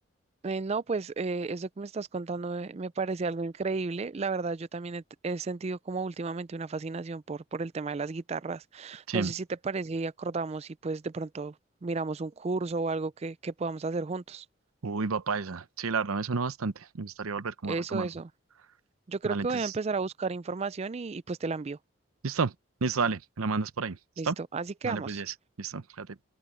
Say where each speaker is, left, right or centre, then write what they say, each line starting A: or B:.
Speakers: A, on the right; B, on the right.
A: eh, no, pues eh, eso que me estás contando eh, me parece algo increíble. La verdad, yo también he, t- he sentido como últimamente una fascinación por, por el tema de las guitarras.
B: sí,
A: No sé si te parece y acordamos y pues de pronto miramos un curso o algo que, que podamos hacer juntos.
B: uy, papá esa, sí, la verdad me suena bastante, me gustaría volver como
A: Eso,
B: a retomarlo.
A: eso. Yo creo
B: Dale,
A: que
B: entonces,
A: voy a empezar a buscar información y, y pues te la envío.
B: listo, listo, dale, me la mandas por ahí, ¿listo?
A: Listo, así quedamos.
B: Dale, pues, yes, listo, fíjate.